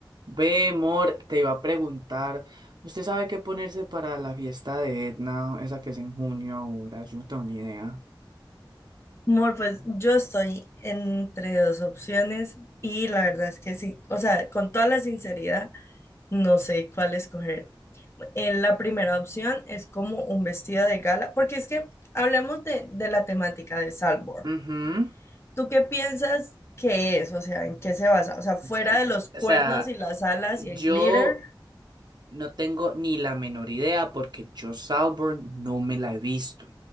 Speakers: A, on the right; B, on the left.
A: Ve, Mor, te iba a preguntar, ¿usted sabe qué ponerse para la fiesta de Etna, esa que es en junio ahora? Yo no tengo ni idea.
B: Mor, pues yo estoy entre dos opciones y la verdad es que sí, o sea, con toda la sinceridad, no sé cuál escoger. En la primera opción es como un vestido de gala, porque es que hablemos de, de la temática de Salvor.
A: Ujú.
B: ¿Tú qué piensas que es? O sea, ¿en qué se basa? O sea, fuera
A: Am-
B: de los cuernos
A: O sea,
B: y las alas
A: yo
B: y el glitter,
A: no tengo ni la menor idea porque yo Salborn no me la he visto.